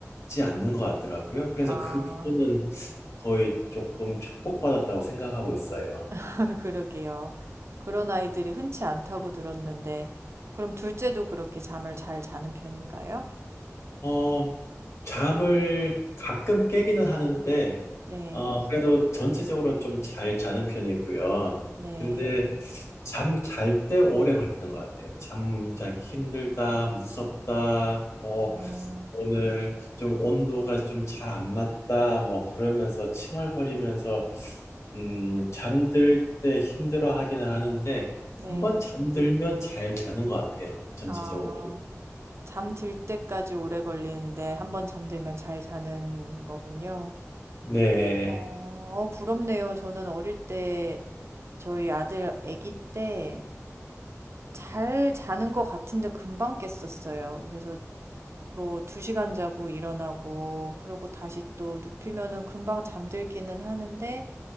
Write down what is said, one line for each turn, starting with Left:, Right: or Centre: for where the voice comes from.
Left: 않는 것 같더라고요. 그래서
Right: 아.
Left: 그 부분은 거의 조금 축복받았다고 생각하고 있어요.
Right: <laughs> 그러게요. 그런 아이들이 흔치 않다고 들었는데, 그럼 둘째도 그렇게 잠을 잘 자는 편인가요?
Left: 어, 잠을 가끔 깨기는 하는데,
Right: 네,
Left: 어, 그래도 전체적으로는 좀 잘 자는 편이고요.
Right: 네,
Left: 근데 잠 잘 때 오래 걸리는 것 같아요. 잠 자기 힘들다, 무섭다, 뭐,
Right: 음,
Left: 오늘 좀 온도가 좀 잘 안 맞다, 뭐, 그러면서 칭얼거리면서, 음, 잠들 때 힘들어 하기는 하는데,
Right: 네.
Left: 한 번 잠들면 잘 자는 것 같아요. 전체적으로.
Right: 아, 잠 들 때까지 오래 걸리는데, 한 번 잠들면 잘 자는 거군요.
Left: 네,
Right: 어, 어, 부럽네요. 저는 어릴 때, 저희 아들 아기 때, 잘 자는 것 같은데 금방 깼었어요. 그래서 뭐 2시간 자고 일어나고 그러고 다시 또 눕히면은 금방 잠들기는 하는데